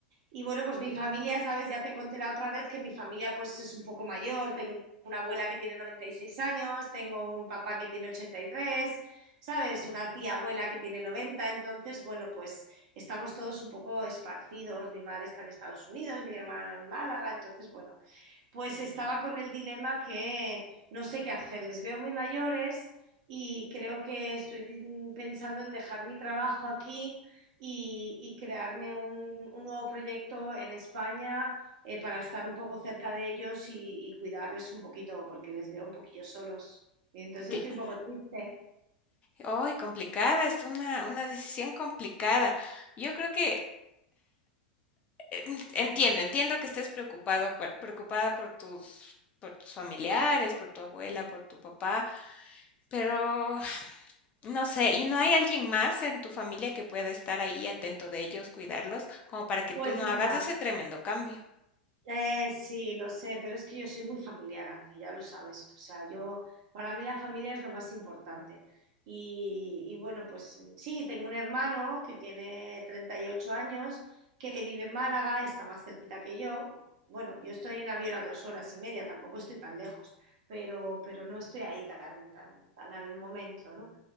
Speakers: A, on the right; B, on the left.
A: Y bueno, pues mi familia, sabes, ya te conté la otra vez que mi familia pues es un poco mayor, tengo una abuela que tiene 96 años, tengo un papá que tiene ochenta y tres sabes, una tía abuela que tiene noventa entonces bueno, pues estamos todos un poco esparcidos, mi madre está en Estados Unidos, mi hermano en Málaga, entonces bueno, pues estaba con el dilema que no sé qué hacer. Les veo muy mayores y creo que estoy pensando en dejar mi trabajo aquí y, y crearme un, un nuevo proyecto en España eh, para estar un poco cerca de ellos y, y cuidarles un poquito, porque les veo un poquillo solos. Y entonces
B: Cl-
A: estoy un poco triste.
B: Ay, complicada, es una, una decisión complicada. Yo creo que eh, entiendo, entiendo que estés preocupado, por- preocupada por tus, por tus familiares, por tu abuela, por tu papá, pero No sé, ¿y no hay alguien más en tu familia que pueda estar ahí atento de ellos, cuidarlos, como para que
A: Pues
B: tú no hagas
A: mira,
B: ese tremendo cambio?
A: Eh, sí, lo sé, pero es que yo soy muy familiar, Ángel, ya lo sabes. O sea, yo, para mí la familia es lo más importante. Y, y bueno, pues mm, sí, tengo un hermano que tiene 38 años, que vive en Málaga, está más cerquita que yo. Bueno, yo estoy en avión a dos horas y media, tampoco estoy tan lejos, pero, pero no estoy ahí tan, tan, tan al momento, ¿no?